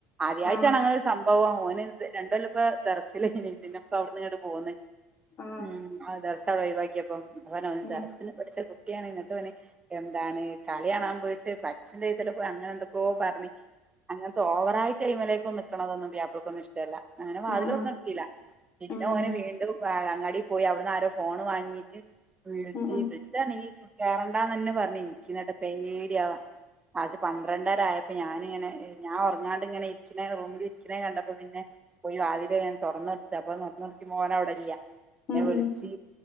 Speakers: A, on the right; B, on the left.
A: ആദ്യമായിട്ടാണ്
B: ആ
A: അങ്ങനെ ഒരു സം ഭവം ഓന് രണ്ടൊല്ലിപ്പോ ദറസില് ഇനി പിന്നെ ഇപ്പ അവിടെന്ന് ഇങ്ങോട്ടുപോന്ന്
B: ആ
A: ഉം അവ ദറസവിടെ ഒഴിവാക്കിയപ്പം അവൻ അവന്
B: ഉം
A: ദറസില് പഠിച്ചകു ട്ടിയാണ് എന്നിട്ടോന് എന്താണ് കളിയാണാൻ പോയിട്ട് ഫ്ളക്സിന്റെ ഇതില് പോയ് അങ്ങനെ എന്തൊക്കോയോ പറഞ്ഞ് അങ്ങനത്തെ ഓവറായി ടൈമിലേക്കൊന്ന് നിക്കണതൊന്നും പുയ്യാപ്ലയ്ക്കൊന്നും ഇഷ്ടല്ലാ അങ്ങനെ വാതിലുതൊറന്നു
B: ആ ആ
A: കൊടുക്കില്ലാ പിന്നെ
B: ഉം
A: ഓന് വീണ്ടും അങ്ങാടിപോയി അവിടന്ന് ആരോ ഫോണുവാങ്ങീറ്റ് വിളിച്ച്
B: ഉം ഉം
A: വിളിച്ച് ച്ച് നീ കേറണ്ടാന്നുതന്നെ പറഞ്ഞ് എനിക്കിന്നേട്ടാ പേടിയാവാ വാച്ച് പന്ത്രണ്ടരയായപ്പോ ഞാനിങ്ങനെ ഞാൻ ഒറങ്ങാണ്ടിങ്ങനെ ഇരിക്കണ റൂമില് ക്കനെ കണ്ടപ്പോപിന്നെ പോയി വാതിലു ഞാൻ തൊറന്നെടുത്ത് അപ്പൊ തൊറന്നെടുത്തപ്പൊ മോൻ അവിടെയില്ല പിന്നെ
B: ഉം
A: വിളി
B: ഉം
A: ച്ച്